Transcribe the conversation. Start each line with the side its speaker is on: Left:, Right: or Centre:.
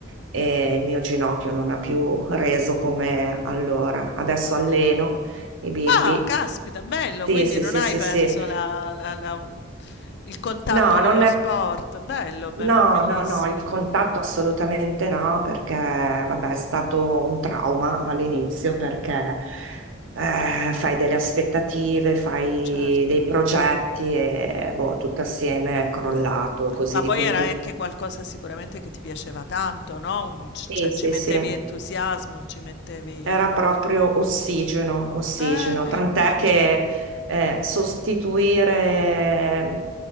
Right: e il mio ginocchio non ha più reso come allora. Adesso alleno i bimbi.
Left: Ah, caspita, bello,
Right: Sì,
Left: quindi
Right: sì,
Left: non
Right: sì,
Left: hai
Right: sì,
Left: perso
Right: sì.
Left: la- la- la- il contatto
Right: No,
Left: con
Right: non
Left: lo
Right: è.
Left: sport. Bello, be-
Right: No,
Left: bellissimo.
Right: no, no, il contatto assolutamente no, perché vabbè, è stato un trauma all'inizio perché eh, fai delle aspettative, fai
Left: Certo.
Right: dei progetti e boh, tutto assieme è crollato così
Left: Ma
Right: di
Left: poi
Right: punti.
Left: era anche qualcosa sicuramente che ti piaceva tanto, no? Un- c-
Right: Sì,
Left: cioè
Right: sì,
Left: ci mettevi
Right: sì.
Left: entusiasmo, ci mettevi...
Right: Era proprio ossigeno, ossigeno,
Left: Eh, eh,
Right: tant'è
Left: immagino.
Right: che eh, sostituire mm,